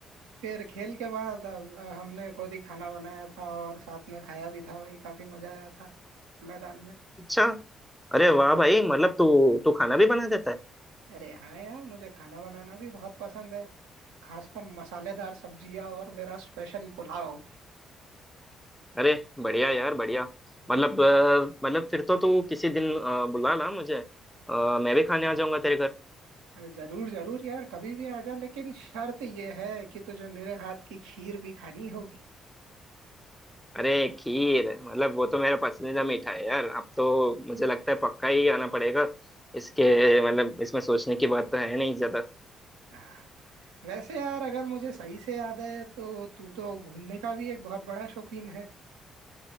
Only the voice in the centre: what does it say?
अच्छा अरे वाह भाई मतलब तू तू खाना भी बना देता है
अरे बढ़िया यार बढ़िया मतलब अ, मतलब फिर तो तू किसी दिन अ, बुला ला मुझे अ, मैं भी खाने आ जाऊंगा तेरे घर
अरे खीर मतलब वो तो मेरा पसंदीदा मीठा है यार अब तो मुझे लगता है पक्का ही आना पड़ेगा इसके मतलब इसमें सोचने की बात तो है नहीं ज्यादा।